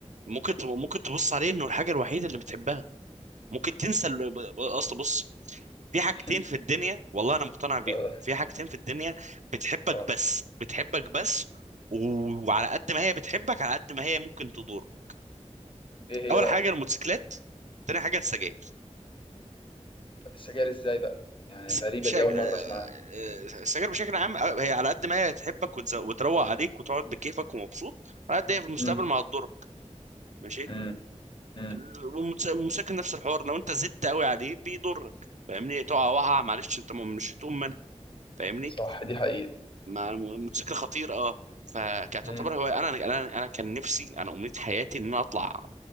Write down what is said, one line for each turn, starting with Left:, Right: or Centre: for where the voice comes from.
Right: ممكن ت- ممكن تبص عليه انه الحاجه الوحيده اللي بتحبها ممكن تنسى ال- ب- اصل بص في حاجتين
Left: <laughs>
Right: في الدنيا والله انا مقتنع بيهم
Left: اه
Right: في حاجتين في الدنيا بتحبك
Left: اه
Right: بس بتحبك بس و- وعلى قد ما هي بتحبك على قد ما هي ممكن تضرك
Left: ايه
Right: اول
Left: هي بقى
Right: حاجه الموتوسيكلات تاني حاجه السجاير
Left: طب السجاير ازاي بقى يعني
Right: الس-
Left: غريبه
Right: شا...
Left: دي
Right: آه،
Left: اول مره اسمعها
Right: آه، السجاير بشكل عام آه، هي على قد ما هي تحبك وتز- وتروق عليك وتقعد بكيفك ومبسوط على قد هي في المستقبل
Left: مم.
Right: ما هتضرك ماشي
Left: مم. مم.
Right: والمتس- والموتوسيكل نفس الحوار لو انت زدت قوي عليه بيضرك فاهمني تقع وقعه معلش انت م- مش هتقوم منها فاهمني
Left: صح دي حقيقه
Right: مع الم- الموتوسيكل خطير اه فكانت
Left: مم.
Right: تعتبر هو انا انا انا كان نفسي انا امنية حياتي ان انا اطلع